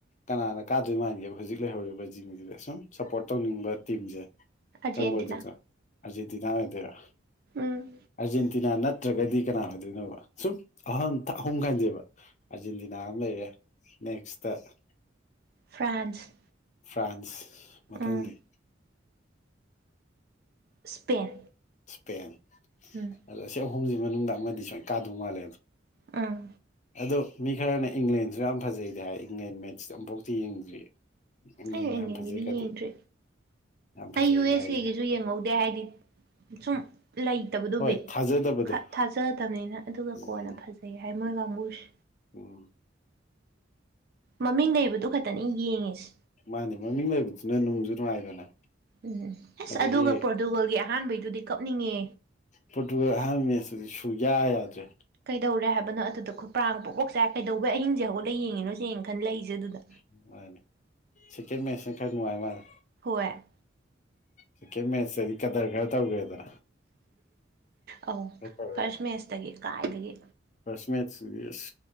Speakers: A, on the left; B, on the right.
A: ꯀꯅꯥꯅ ꯀꯥꯗꯣꯏ ꯃꯥꯟꯒꯦꯕ ꯍꯧꯖꯤꯛ ꯂꯩꯍꯧꯔꯤꯕ ꯖꯤꯁꯤꯗ ꯁꯁꯨꯝ ꯁꯞꯄꯣꯔꯠ ꯇꯧꯅꯤꯡꯕ ꯇꯤꯝꯁꯦ
B: ꯑꯥꯔꯖꯦꯟꯇꯤꯅꯥ
A: ꯀꯔꯝꯕ ꯑꯣꯏꯗꯨꯅꯣ ꯑꯔꯖꯦꯟꯇꯤꯅꯥ ꯑꯣꯏꯗꯣꯏꯔꯥ
B: ꯎꯝ
A: ꯑꯔꯖꯦꯟꯇꯤꯅꯥ ꯅꯠ ꯅꯠꯇ꯭ꯔꯒꯗꯤ ꯀꯅꯥ ꯑꯣꯏꯗꯣꯏꯅꯣꯕ ꯁꯨꯝ ꯑꯍꯟ ꯑꯍꯨꯝ ꯈꯟꯖꯦꯕ ꯑꯥꯔꯖꯦꯟꯇꯤꯅꯥ ꯑꯃ ꯂꯩꯔꯦ꯫ ꯅꯦꯛꯁꯇꯔ
B: ꯐ꯭ꯔꯥꯟꯁ
A: ꯐ꯭ꯔꯥꯟꯁ ꯃꯊꯪꯗꯤ
B: ꯎꯝ ꯁ꯭ꯄꯦꯟ
A: ꯁ꯭ꯄꯦꯟ꯫
B: ꯎꯝ꯫
A: ꯑꯗꯣ ꯁꯤ ꯑꯍꯨꯝꯁꯤ ꯃꯅꯨꯡꯗ ꯑꯃꯗꯤ ꯁꯣꯏꯅ ꯀꯥꯗꯧ ꯃꯥꯜꯂꯦ ꯑꯗꯣ
B: ꯎꯝ
A: ꯑꯗꯣ ꯃꯤ ꯈꯔꯅ ꯏꯪꯂꯟꯖꯨ ꯌꯥꯝ ꯐꯖꯩ ꯍꯥꯏ ꯏꯪꯂꯦꯟ ꯃꯦꯁ ꯑꯃꯨꯐꯥꯎꯇꯤ ꯌꯦꯡꯗ꯭ꯔꯤ꯫ ꯏꯪꯂꯦꯟ
B: ꯑꯩꯅ
A: ꯌꯥꯝ
B: ꯌꯦꯅꯤꯡꯉꯗꯤ
A: ꯐꯖꯩ ꯀꯗꯤ
B: ꯌꯦꯡꯗ꯭ꯔꯤ
A: ꯌꯥꯝ ꯐꯖꯩꯗꯤ
B: ꯑꯩ ꯌꯨ ꯑꯦꯁ
A: ꯍꯥꯏꯔꯦ
B: ꯑꯦꯒꯤꯁꯨ ꯌꯦꯡꯍꯧꯗꯦ ꯍꯥꯏꯗꯤ ꯁꯨꯝ ꯂꯩ <unintelligible> ꯇꯕꯗꯨꯣ
A: ꯍꯣꯏ
B: ꯕꯤꯠ
A: ꯊꯥꯖꯗꯕꯗꯣ
B: ꯊꯥꯖꯗꯕꯅꯤꯅ ꯑꯗꯨꯒ
A: ꯎꯝ
B: ꯀꯣꯟꯅ ꯐꯖꯩ ꯍꯥꯏ ꯃꯣꯏ ꯀꯥꯡꯕꯨꯁꯦ
A: ꯎꯝ
B: ꯃꯃꯤꯡ ꯂꯩꯕꯗꯨ ꯈꯛꯇꯅꯤ ꯌꯦꯡꯉꯤꯁꯦ
A: ꯃꯥꯅꯤ ꯃꯃꯤꯡ ꯂꯩꯕꯗꯨꯅ ꯅꯨꯡꯖꯨ ꯅꯨꯡꯉꯥꯏꯗꯅ
B: ꯎꯝꯝ ꯑꯁ
A: ꯑꯗꯒꯤ
B: ꯑꯗꯨꯒ ꯄꯣꯔꯇꯨꯒꯜꯒꯤ ꯑꯍꯥꯟꯕꯩꯗꯨꯗꯤ ꯀꯞꯅꯤꯡꯉꯦ
A: ꯄꯣꯠꯇꯨ ꯑꯍꯔꯝꯃꯤꯁꯤꯗꯤ ꯁꯨꯌꯥ ꯌꯥꯗ꯭ꯔꯦ
B: ꯀꯩꯗꯧꯔꯦ ꯍꯥꯏꯕꯅꯣ ꯑꯗꯨꯗ ꯄ꯭ꯔꯥꯡ ꯄꯣꯛ ꯑꯣꯣꯛ ꯆꯥꯏ ꯀꯩꯗꯧꯕꯩ ꯑꯍꯤꯡꯁꯦ ꯍꯧꯒꯛꯂ ꯌꯦꯡꯤꯅꯣ ꯁ ꯌꯦꯡꯅ ꯈꯟ ꯂꯩꯛꯏꯁꯦ ꯑꯗꯨꯗ
A: ꯅꯨꯡꯥꯏꯅꯦ ꯁꯦꯀꯦꯟ ꯃꯦꯁꯅ ꯈꯔ ꯅꯨꯡꯉꯥꯏ ꯃꯥꯦ
B: ꯍꯦ
A: ꯁꯦꯀꯦꯟ ꯃꯦꯠꯆꯇꯗꯤ ꯀꯗꯔ ꯈꯔ ꯇꯧꯒꯦꯗꯅ
B: ꯑꯧ
A: ꯇꯧꯔꯦ
B: ꯐꯥꯔꯁ ꯃꯦꯁꯇꯒꯤ ꯀꯥꯏꯗꯒꯤ
A: ꯐꯥꯔꯁ ꯃꯦꯠꯆ ꯌꯦꯁ